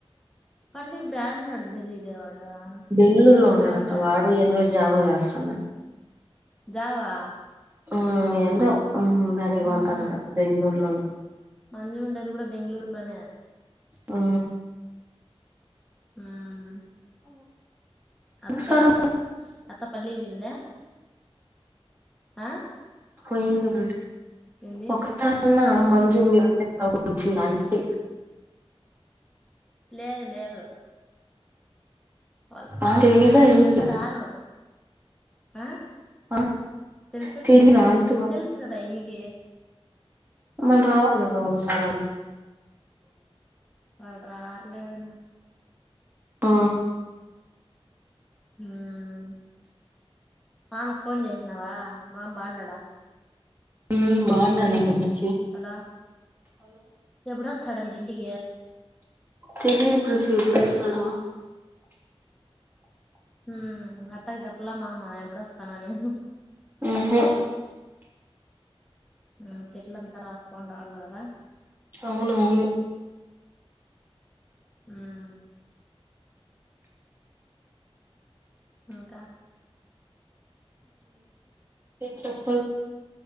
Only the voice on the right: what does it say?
బెంగళూరులో
ఉన్నాడంట
వాడు
ఏందో జాబో చేస్తున్నాడు
ఆ ఎందో బెలికోతడట
బెంగుళూరిలోనే
ఆ
ఒకసారి
పోయిందిమా
ఒకసారైనా మంజు మీరు వచ్చింది అంటే
ఆ తెలీదా ఎందుకు
ఆ
తెలీదా
అంటున్నా
మళ్ళ రావచ్చు గదా ఒకసారన్నా
ఆ
ఉమ్ బాగుండ అని అనుకుంటుండొచ్చు
తెలియదు ప్రెసి ఎప్పుడొస్తాడో
ఊహూ
అవునవును
చెప్ప